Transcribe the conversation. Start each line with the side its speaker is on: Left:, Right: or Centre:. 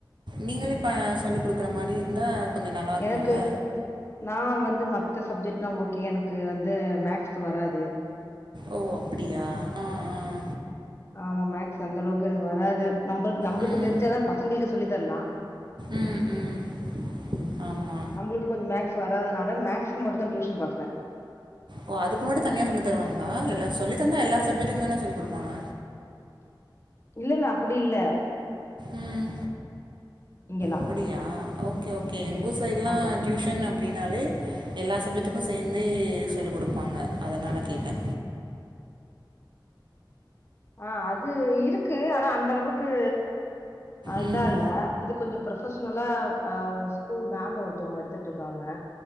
Right: நீங்களே இப்போ சொல்லி குடுக்குறே மாரி இருந்தா கொஞ்சோ நல்லா இருக்குல்லே
Left: எனக்கு நா வந்து மத்த சப்ஜெக்ட்லா ஓ கே எனக்கு வந்து மேக்ஸ் வராது
Right: ஓ அப்பிடியா ஆ ஆ
Left: ஆமா மேக்ஸ் அந்த அளவுக்கு எனக்கு வராது நம்பளுக் நம்மளுக்கு
Right: ம்
Left: தெரிஞ்சாதா பசங்களுக்கு சொல்லி தரலா
Right: ம் ம் ஆமா
Left: நம்ளுக்கு கொஞ்சோ மேக்ஸ் வரதனால மேக்ஸ்க்கு மட்டு தா டியூஷன் பாக்கறே
Right: ஓ அதுக்கு மட்டு தனியா சொல்லி தருவாங்களா இல்ல சொல்லித் தந்தா எல்லா சப்ஜெக்டுக்கு தானே சொல்லி குடுப்பாங்க
Left: இல்லல்லே அப்பிடி இல்லே
Right: ம்
Left: இங்கெல்லா
Right: அப்பிடியா ஓ கே ஓ கே எங்கூர் சைட்டு லா
Left: ஆமா
Right: டியூஷன் அப்பிடனாலே எல்லா சப்ஜெக்டுக்கு சேந்தே சொல்லிக் குடுப்பாங்கே அதுனால கேட்டே
Left: ஆ அது இருக்கு ஆனா அந்த அளவுக்கு ஆ
Right: ம்
Left: இதா இல்ல இது கொஞ்சோ பு ரொஃபஷனல்லா ஆ ஸ்கூல் மேம் ஒருத்தவங்கே எடுத்துட்டிருக்காங்கே